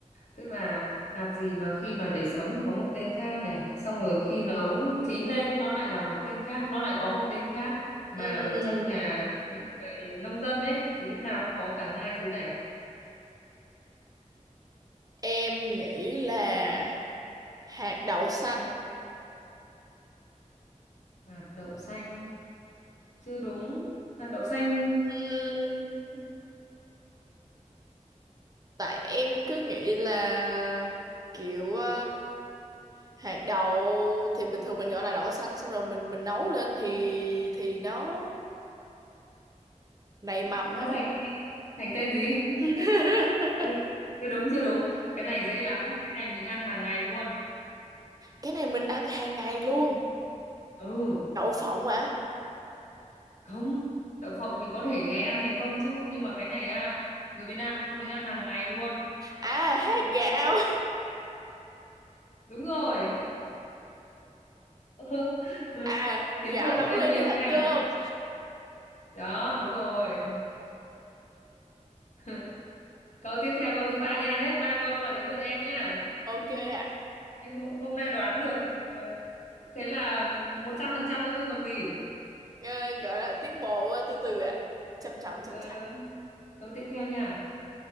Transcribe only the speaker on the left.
tức là hạt gì mà khi mà để sống thì có một tên khác này, xong rồi khi nấu chín lên nó lại là một tên khác, nó lại có một tên khác mà
ở trong nhà những người nông dân ấy thì lúc nào cũng có cả hai thứ này.
Hạt đậu xanh chưa đúng, hạt đậu xanh
nó
thành gì? Thành tên gì? <laughs>
Chưa chưa đúng chưa đúng, cái này dễ lắm, cái này mình ăn hàng ngày luôn.
Ừ.
không đậu phộng thì có thể ngày ăn ngày không chứ nhưng mà cái này à người Việt Nam mình ăn hàng ngày luôn
đúng rồi <laughs>
tiến
bộ
lên
nhiều
nha
đó đúng rồi <laughs> câu tiếp theo câu thứ ba nha hết ba câu là đến lượt em nha
<laughs>
Thế Hô- hôm nay đoán được ờ, thế là một trăm phần trăm đấy rồi còn gì
Ờ,
câu tiếp theo nha